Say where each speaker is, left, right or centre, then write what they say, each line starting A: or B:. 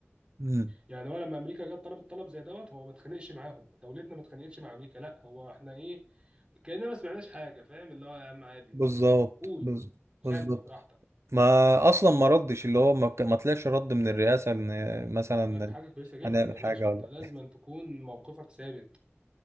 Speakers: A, on the right; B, on the right.
A: مم.
B: يعني هو لما امريكا جت طلبت طلب زي دوت هو ما اتخانقش معاهم دولتنا ما اتخانقتش مع امريكا لا هو احنا ايه كاننا ما سمعناش حاجه فاهم اللي هو يا عم عادي
A: بالظبط
B: إن- قول
A: بز- بالظبط
B: غني براحتك
A: ما اصلا ما ردش اللي هو ما ك- ما طلعش رد من الرئاسه ان مثلا
B: ده حاجه كويسه جدا
A: هنعمل
B: يا باشا
A: حاجه
B: انت
A: ولا
B: لازم تكون موقفك ثابت